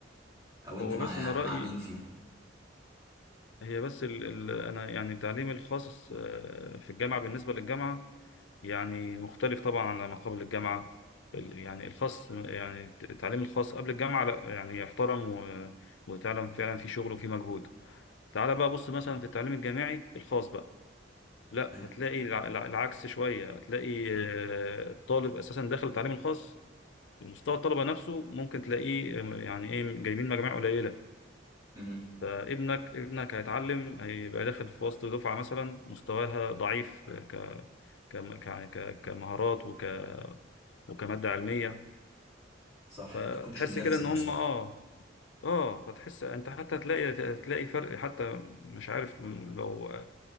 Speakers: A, on the right; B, on the left.
A: أو أنت
B: هو
A: مع
B: بس أنا رأيي
A: مع مين فيهم؟
B: هي بس ال... ال... أنا يعني التعليم الخاص آه، في الجامعة بالنسبة للجامعة يعني مختلف طبعا على ما قبل الجامعة ال- يعني الخاص يعني التعليم الخاص قبل الجامعة لا يعني يحترم و- وتعلم فعلا في شغل وفي مجهود تعال بقى بص مثلا في التعليم الجامعي الخاص بقى لا
A: أيوة
B: هتلاقي الع- الع- العكس شوية هتلاقي آه، الطالب أساسا داخل التعليم الخاص مستوى الطلبة نفسه ممكن تلاقيه آه، يعني إيه جايبين مجاميع قليلة
A: أمم،
B: فابنك ابنك هيتعلم هيبقى داخل في وسط دفعة مثلا مستواها ضعيف ك ك ك يعني ك- كمهارات وك وكمادة علمية
A: صح
B: فتحس
A: بيكونش بنفس
B: كده ان
A: المستوى
B: هم اه اه فتحس انت حتى هتلاقي هتلاقي فرق حتى مش عارف لو